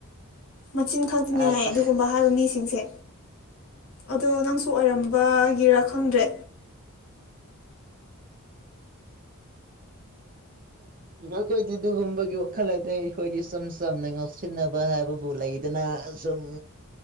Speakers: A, on the left; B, on the right.
A: ꯃꯆꯤꯟ ꯈꯛꯇꯅꯦ
B: ꯑꯁ
A: ꯍꯥꯏ ꯑꯗꯨꯒꯨꯝꯕ ꯍꯥꯏꯕ ꯃꯤꯁꯤꯡꯁꯦ ꯑꯗꯣ ꯅꯪꯁꯨ ꯑꯣꯏꯔꯝꯕꯒꯤꯔ ꯈꯪꯗ꯭ꯔꯦ
B: ꯅꯈꯣꯏꯗꯤ ꯑꯗꯨꯒꯨꯝꯕꯒꯤ ꯋꯥꯈꯜ ꯍꯥꯏꯗꯤ ꯑꯩ ꯑꯩꯈꯣꯏꯗꯤ ꯁꯨꯝ ꯆꯝꯅ ꯉꯥꯎꯁꯤꯟꯅꯕ ꯍꯥꯏꯕꯕꯨ ꯂꯩꯗꯅ ꯁꯨꯝ